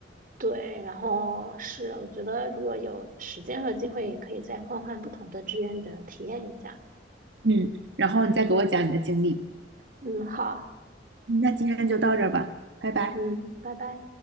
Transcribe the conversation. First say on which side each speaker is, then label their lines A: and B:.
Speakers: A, on the right; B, on the right.
A: 对，然后是我觉得如果有时间和机会，也可以再换换不同的志愿者体验一下。
B: 嗯，然后你再给我讲你的经历。
A: 嗯，好，
B: 嗯那今天就到这儿吧，拜拜。
A: 嗯，拜拜。